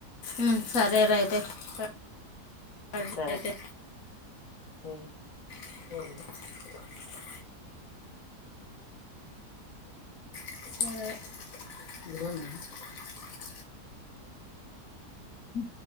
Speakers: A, on the left (about 60°); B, on the left (about 70°).
A: ఉ సరే రా అయితే సరే
B: సరే
A: అయితే
B: ఉమ్
A: <inaudible> సరే
B: హు